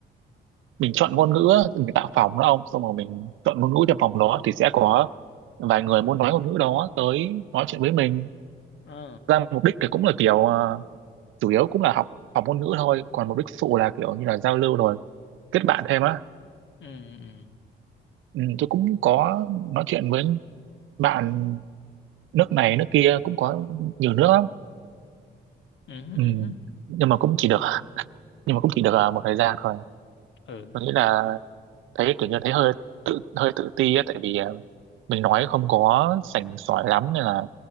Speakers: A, on the right (about 80°); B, on the left (about 70°).
A: mình chọn ngôn ngữ á, mình tạo phòng đó ông xong rồi mình chọn ngôn ngữ cho phòng đó thì sẽ có vài người muốn nói ngôn ngữ đó tới nói chuyện với mình
B: ờ
A: ra mục đích thì cũng là kiểu ờ, chủ yếu cũng là học học ngôn ngữ thôi còn mục đích phụ là kiểu như là giao lưu rồi kết bạn thêm á
B: ừ, ừ.
A: ừ, tôi cũng có nói chuyện với bạn nước này nước kia cũng có nhiều nước lắm
B: Ừ,
A: ừ.
B: ừ, ừ,
A: nhưng mà cũng chỉ được nhưng mà cũng chỉ được ờ, một thời gian thôi
B: ừ,
A: tôi nghĩ là thấy kiểu như thấy hơi tự hơi tự ti á tại vì ờ, mình nói không có sành sỏi lắm nên là